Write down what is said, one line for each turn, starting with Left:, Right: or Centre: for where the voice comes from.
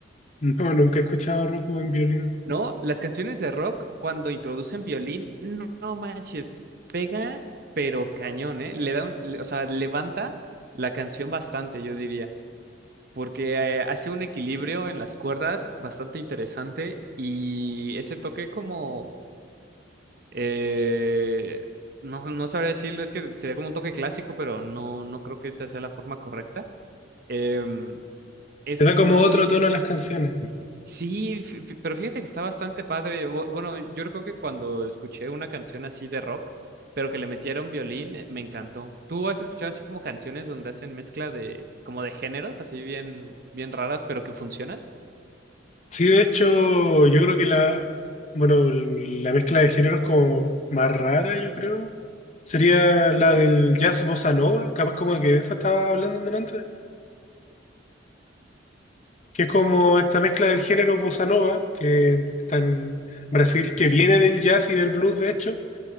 Left: No, nunca he escuchado a Rocco en violín.
Right: No, las canciones de rock cuando introducen violín, no, no manches, pega, pero cañón, ¿eh? Le da un- le- o sea, levanta la canción bastante, yo diría. porque eh, hace un equilibrio en las cuerdas bastante interesante y ese toque como, eh, no, no sabría decirlo, es que sería como un toque clásico, pero no, no creo que esa sea la forma correcta. Em, es
Left: Le da como
Right: muy...
Left: otro tono a las canciones.
Right: Sí, fi- fi- pero fíjate que está bastante padre. Bu- Bueno, yo creo que cuando escuché una canción así de rock, pero que le metiera un violín, eh, me encantó. ¿Tú has escuchado así como canciones donde hacen mezcla de, como de géneros, así bien, bien raras, pero que funcionan?
Left: Sí, de hecho, yo creo que la, bueno, la mezcla de géneros como más rara, yo creo, sería la del jazz bossa nova. Capaz como que de esa estaba hablando en delante. que es como esta mezcla del género bossa nova, que está en Brasil, que viene del jazz y del blues, de hecho,